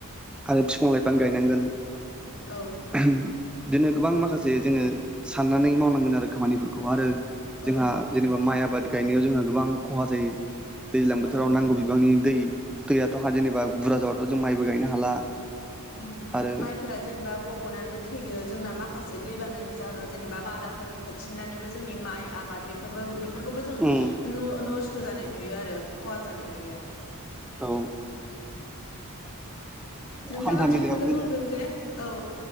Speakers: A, in the centre; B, on the left.
A: आरो बिफां लाइफां गायनांगोन।
B: औ
A: बिदिनो गोबां माखासे जोङो साननानै मावनांगोन आरो खामानिफोरखौ आरो
B: औ
A: जोंहा जेनेबा माइ आबाद गायनायाव जोंहा गोबां खहा जायो। दैज्लां बोथोराव
B: औ औ
A: नांगौ बिबांनि दै दैयाथ‌जेनेबा बुरजा जाबाथ'जों माइबो गायनो हाला
B: ओम
A: आरो
B: माइफोरा जेनेबा गब'नानैबो थैयो जोंना माखासे दैबानानि जाहोनाव जेनेबा बालाफोर खोबसिननानैबो जोंनि माइ आबाद बेफोरबो बेफोर बे खौबो जों
A: उम
B: नस्थ जानाय नुयो आरो खहा जानाय नुयो।
A: औ
B: नोंथाङा
A: हान्था मेलायावबो
B: थिगखौनो बुंदों जे औ